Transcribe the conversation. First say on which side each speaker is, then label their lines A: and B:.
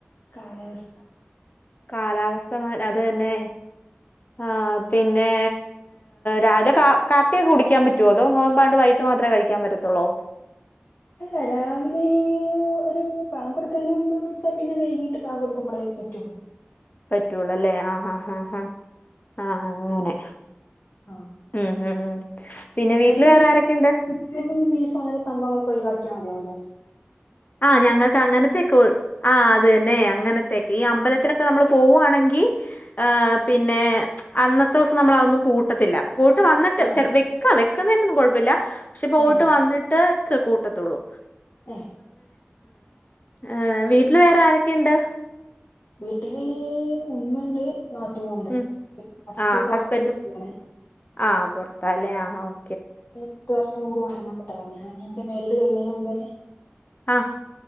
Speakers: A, on the left (about 60°); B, on the left (about 40°).
A: കാലാവസ്ഥ
B: കാലാവസ്ഥ മ അത് തന്നെ ആ പിന്നെ രാവിലെ കാ കാപ്പിയൊക്കെ കുടിക്കാൻ പറ്റുവോ അതോ നോമ്പാണ്ട് വൈ മാത്രമേ കഴിക്കാൻ പറ്റത്തുള്ളൂ
A: ഹാഹാ രാവിലെ ഒരു ബാങ്ക് കൊട്ക്ണീന്റെ മുമ്പ് വിളിച്ചാ പിന്നെ വൈകീട്ട് ബാങ്ക് കൊട്ക്കുമ്പള് പറ്റൊള്ളു
B: പറ്റൊള്ളു അല്ലേ ആഹ് ആഹ് ആഹ് ആഹ് അങ്ങനെ
A: ആഹ്
B: ഉം ഉം ഉം. പിന്നെ
A: ഇങ്ങക്ക്
B: വീട്ടില്
A: പിൻ
B: വേറെ ആരൊക്കെയുണ്ട്
A: തും ചിക്കനും ബീഫും അങ്ങൻത്തെ സംഭവങ്ങളൊക്കെ ഒഴിവാക്കിയാ മതിയാവുംല്ലേ
B: ആഹ് ഞങ്ങക്ക് അങ്ങൻത്തെക്കെ ഒയ് ആ അത് തന്നെ അങ്ങൻത്തെ ഈ അമ്പലത്തിലൊക്കെ നമ്മള് പോവാണെങ്കി ഹ് പിന്നെ അന്നത്തുസം നമ്മള് അതൊന്നും കൂട്ടത്തില്ല പോയ്ട്ട് വന്ന്ട്ട്
A: ആഹ്
B: ചെൽ വെക്കാ വെക്ക്ന്നേനോന്നും കൊയ്പ്പല്ല പക്ഷെ പോയിട്ട്
A: ഏഹ്
B: വന്ന്ട്ട് കൂട്ടത്തോള്ളു
A: ഹേ
B: ഏഹ് വീട്ടില് വേറെ ആരൊക്കെണ്ട്?
A: വീട്ടില് ഉമ്മണ്ട് നാത്തൂനുണ്ട്
B: ഉം
A: ഹസ്
B: ആഹ്
A: പുറത്ത്
B: ഹസ്ബൻഡും
A: <unintelligible>
B: ആഹ് പുറത്തല്ലേ ആഹ് ഓഹ്
A: പത്തു വർഷം മുമ്പ് മരണപെട്ടതാണ് ഞാൻ എന്റെ മാരീഡ് കഴിഞ്ഞതിന് മുൻപേ
B: ആഹ്